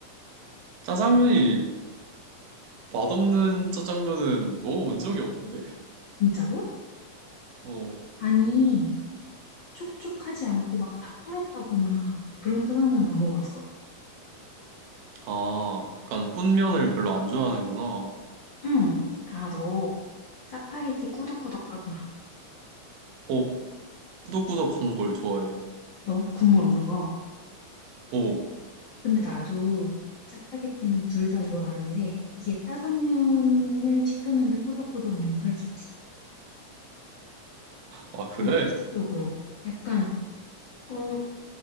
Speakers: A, on the right; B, on the left.
A: 짜장면이 맛없는 짜장면은 먹어본 적이 없는데?
B: 진짜로?
A: 어,
B: 아니, 촉촉하지 않고 막 다 불었다거나 그런 짜장면 안 먹어봤어?
A: 아, 약간 뿐면을 별로 안 좋아하는구나.
B: 응. 아, 너 짜파게티 꾸덕꾸덕 하구나.
A: 어, 꾸덕꾸덕한 걸 좋아해.
B: 너 국물 없는 거.
A: 어,
B: 근데 나도 짜파게티는 둘 다 좋아하는데 이게 짜장면을 시켰는데 꾸덕꾸덕은 용서할 수 없어.
A: 아, 그래?
B: 응 응. 응 응. 약간 어,